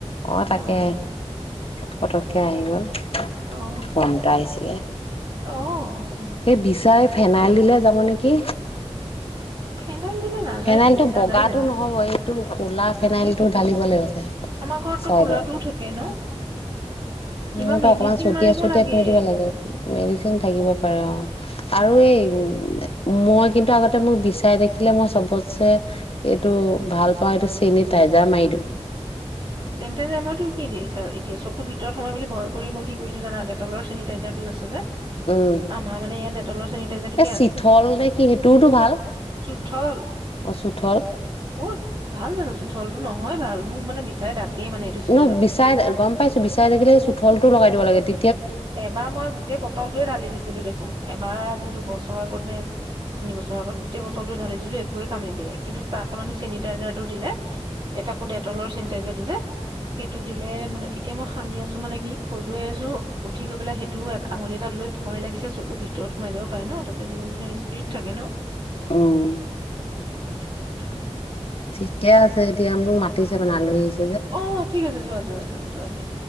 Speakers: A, on the left; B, on the right.
A: আহ তাকে
B: অ'
A: পতককে আহি গ'ল,
B: অ'
A: ফ'ন এটা আহিছিলে
B: অ' অ'
A: সেই বিচাৰে ফেনাইলদিলে যাব নেকি!
B: ফেনাইল দিলে নাযায়তো
A: ফেনাইলটো
B: বিছা
A: বগাটো
B: যায় জানো?
A: নহব এইটো কলা ফেনাইলটো
B: বুজিছো বুজিছো।
A: ঢালিব লাগিবছে
B: আমাৰ ঘৰততো
A: চাইডৰ
B: কোলাটোও থাকে ন? কিবা
A: মোৰতো
B: মেডিচিন
A: অকমান চতিয়া
B: মাৰিব
A: চতিয়াাই
B: লাগে।
A: থৈ দিব লাগে মেডিচিন থাকিব পাৰে অ আৰু এই মই কিন্তু আগতে মোক বিচাই দেখিলে মই চবতছে এইটো ভাল পাওঁ এইটো চেনিটাইজাৰ মাৰি দিওঁ
B: চেনিতাইজাৰ মই তোক কি দিছা দিয় চকুৰ ভিতৰত সোমাই বুলি ভয় কৰি মই কি কৰিছো জানা এ তলৰেনিটাইজাৰটোোজ আছে যে
A: উম
B: আমা মানে ই দে তলৰ চেনিটাইজাৰটোোকিয়
A: এই
B: আনে
A: চিঠল নে কি সেইটোওতো ভাল
B: চোঠল
A: অ চুঠল
B: কত ভাল জানো চুঠল নহয় ভাল মোৰ মানে বিচাই ডাকেই মানে এইটো ছিজনত।
A: ন বিচাই গম পাইছো বিচাই থাকিলে সেই চুঠল টো লগাই দিব লাগে তি
B: এবাৰ মই গোটেই বটলটোৱে ঢালি দিছিলো দেখোন এবাৰ আজি দুবছৰ আগতে তিন বছৰৰ আগত গোটেই বটলটো ঢালি দিছিলো একোৱে কাম নিদিয়ে কিন্তু তাৰ সলনি চেনিটাইজাৰটো দিলে এটা তাকো ডেটলৰ চেনিটাইজাৰটো যে সেইটো দিলে মানে এতিয়া মই সানি আছো মানে কি খজুৱাই আছো উঠি গৈ পেলাই সেইটো আঙুলি এটাত লৈ ভয় লাগিছে চকুৰ ভিতৰত সোমাই যাব পাৰে ন তাতে যিমান যিনৰ স্পিড থাকে ন
A: উম
B: সেইটোৱেটো এটা কথা
A: ঠিকেই আছে এতিয়া মোক মাতিছে মানে আলহী আহছে
B: অঁ ঠিক আছে যোৱা যোৱা যোৱা যোৱা দিয়া